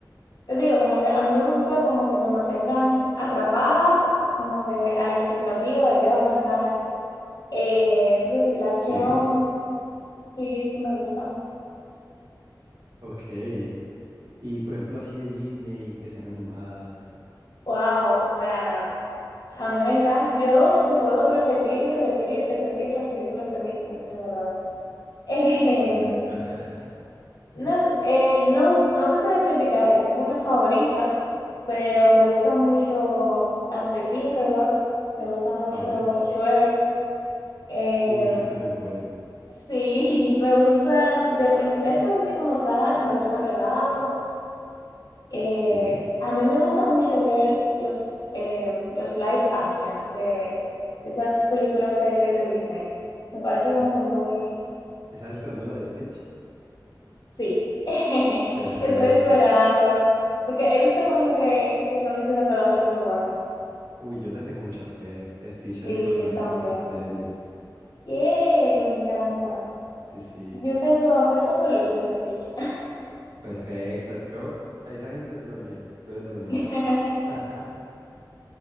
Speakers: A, on the left; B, on the right.
A: Te digo, como que a mí me gusta como que me mantengan atrapada, como que a la expectativa de qué va a pasar. Eh, entonces sí, la acción
B: Sí.
A: sí, sí me gusta.
B: Ok. Y por ejemplo, así de Disney, que sean animadas.
A: Wow, o sea, a mí me encanta. Yo te puedo repetir y repetir y repetir las películas de Disney, de verdad. <laughs> Eh,
B: Perfecto. <laughs>
A: no, s- eh, no, s- no te sé decir de que ay, tengo una favorita, pero me gusta mucho las de Tinkerbell, me gusta mucho
B: Vale.
A: Shrek. eh,
B: Uh, Chuck es muy bueno.
A: sí, <laughs> me gustan de princesas así como tal, me gustan Regados. Eh,
B: Sí.
A: a mí me gusta mucho ver los, eh, los live action de, de esas películas de, de Disney. Me parece
B: Ok.
A: como que muy...
B: ¿Estás esperando la de Stitch?
A: Sí, <laughs>
B: Perfecto.
A: estoy esperando. Porque he visto como que, que están diciendo que va a ser muy buena.
B: Uy, yo le tengo mucha fe. Stitch es
A: Sí,
B: mi personaje
A: yo también.
B: favorito de Disney.
A: ¡Yay! Me encanta.
B: Sí, sí.
A: Yo tengo, creo que un peluche de Stitch.
B: Perfecto. Yo, a esa gente es de las mías. Tú eres de las mías.
A: <laughs>
B: <laughs>